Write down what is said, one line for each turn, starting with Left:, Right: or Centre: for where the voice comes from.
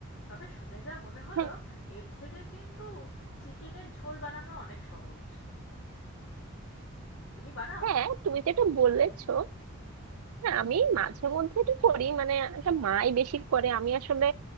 Left: তবে শুনে যা মনে হলো
Right: হ্যাঁ
Left: এর থেকে কিন্তু চিকেনের ঝোল বানানো অনেক সহজ তুমি বানাও
Right: হ্যাঁ তুমি যেটা বলেছো না আমি মাঝে মধ্যে এটা করি মানে এটা মাই বেশি করে আমি আসলে